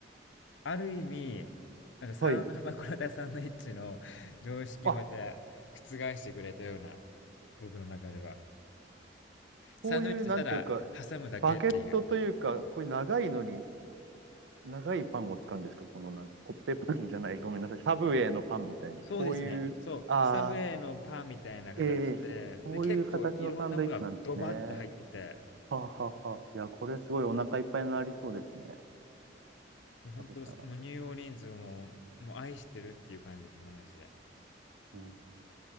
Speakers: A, on the left; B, on the right.
A: ある意味、なんかサン、
B: はい。
A: <laughs> まあ、<laughs> これまたサンドイッチの常識をまた覆してくれたような、
B: あ、
A: 僕の中では。
B: こういう、
A: サンドイッチってただ挟むだけっていう。
B: なんというか、バケットというか、こういう長いのに、長いパンを使うんですかこのなんか、コッペパンじゃない、ごめんなさい。サブウェイのパンみたいな。
A: そうですね。
B: こういう、
A: そう。
B: あ
A: スタブウェイのパンみたいな形で、
B: ー、えー、
A: で、
B: そういう形のサンドイッチなんですね。
A: 結構いろんなものがドバッと入ってて、
B: はあはあはあ。いや、これすごいお腹いっぱいになりそうですね。
A: もう本当、
B: 食べたら。
A: もうニューオーリンズをもう、もう愛してるっていう感じです、今マジで。
B: うん、
A: うん
B: じ